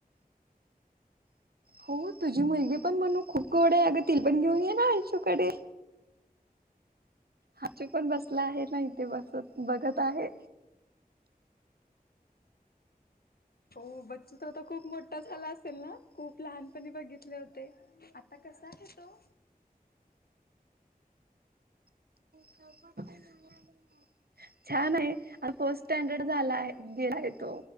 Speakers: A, on the right (about 80°); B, on the left (about 80°).
A: हो तुझी मुलगी पण मणू खूप गोड आहे, अगं त पण घेऊन ये ना अंशू कडे. अंशू पण बसला आहे ना इथे बसत बघत आहे.
B: हो बच्चू तर खूप मोठा झाला असेल ना खूप लहानपणी बघितले होते आता क कसा आहे तो.
A: <inaudible> <unintelligible> छान आहे, आ फर्स्ट स्टँडर्ड झाला आहे, गेलाय तो.